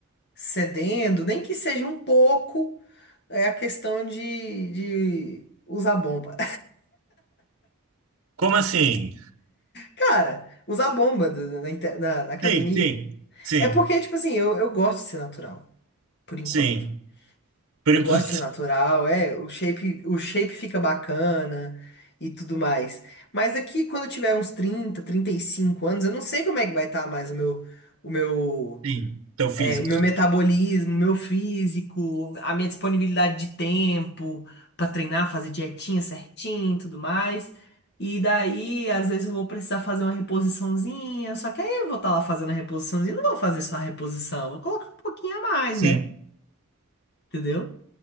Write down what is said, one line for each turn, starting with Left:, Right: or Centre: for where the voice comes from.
Left: cedendo, nem que seja um pouco, é a questão de, de usar bomba.
Right: Como assim?
Left: Cara, usar bomba do- na, inte- na- na academia.
Right: Sim, sim, sim,
Left: É porque, tipo assim, eu, eu gosto de ser natural, por enquanto.
Right: sim. Por
Left: Eu
Right: enquanto,
Left: gosto de ser natural, é, o shape, o shape fica bacana e tudo mais. Mas aqui, quando eu tiver uns trinta trinta e cinco anos, eu não sei como é que vai estar mais o meu, o meu
Right: <laughs> sim. Então, físico.
Left: é, o meu metabolismo, meu físico, a minha disponibilidade de tempo pra treinar, fazer dietinha certinho, e tudo mais. E daí, às vezes eu vou precisar fazer uma reposiçãozinha, só que aí eu vou estar lá fazendo a reposiçãozinha, não vou fazer só a reposição, vou colocar um pouquinho a mais,
Right: Sim,
Left: né? Entendeu?